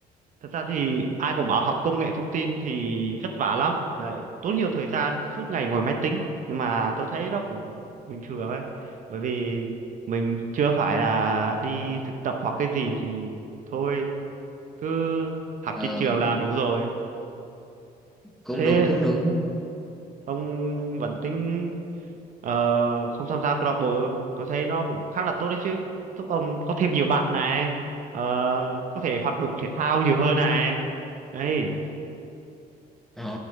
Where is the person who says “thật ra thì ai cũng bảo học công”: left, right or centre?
Right